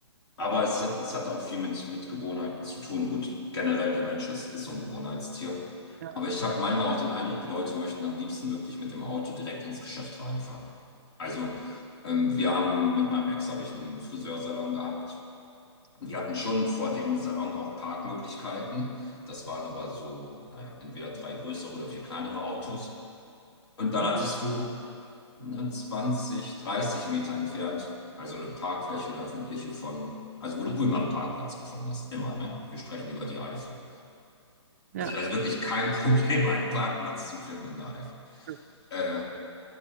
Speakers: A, on the left; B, on the right.
A: Aber es hat, es hat auch viel mit, mit Gewohnheiten zu tun. Gut, generell der Mensch ist, ist so ein Gewohnheitstier.
B: ja.
A: Aber ich habe manchmal auch den Eindruck, die Leute möchten am liebsten wirklich mit dem Auto direkt ins Geschäft reinfahren. Also ähm, wir haben mit meinem Ex habe ich einen Friseursalon gehabt. Und wir hatten schon vor dem Salon auch Parkmöglichkeiten. Das waren aber so, naja, entweder drei größere oder vier kleinere Autos. Und dann
B: Mhm.
A: hattest du ne, 20, 30 Meter entfernt. Also eine Parkfläche, eine öffentliche von, also wo du immer einen Parkplatz gefunden hast. Immer, ne? Wir sprechen über die Eifel.
B: Ja.
A: Also da ist wirklich kein <laughs> Problem, einen Parkplatz zu finden in der Eifel.
B: Ja.
A: Äh,